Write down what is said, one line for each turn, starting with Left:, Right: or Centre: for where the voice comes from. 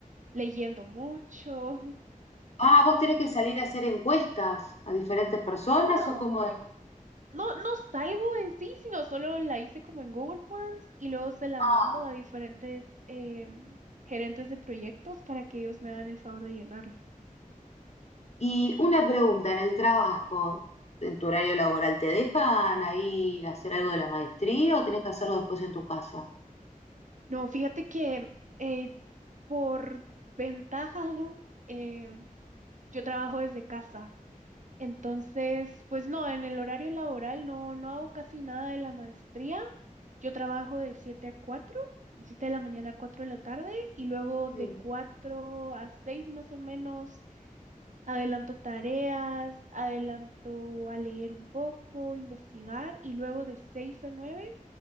Right: leyendo mucho. <laughs>
Left: Ah, ¿vos tenés que salir a hacer encuestas a diferentes personas
Right: No.
Left: o cómo es?
Right: No, no salgo en sí, sino solo la hice como en Google Forms y luego se la
Left: Ah,
Right: mando a diferentes em, gerentes de proyectos para que ellos me hagan el favor de llenarla.
Left: Y una pregunta, en el trabajo, en tu horario laboral, ¿te dejan ahí hacer algo de la maestría o tenés que hacerlo después en tu casa?
Right: No, fíjate que eh, por ventaja <laughs> em, yo trabajo desde casa. Entonces, pues no, en el horario laboral no, no hago casi nada de la maestría. Yo trabajo de 7 a cuatro de 7 de la mañana a 4 de la tarde y luego de
Left: Sí.
Right: 4 a 6 más o menos Adelanto tareas, adelanto a leer un poco, investigar y luego de 6 a 9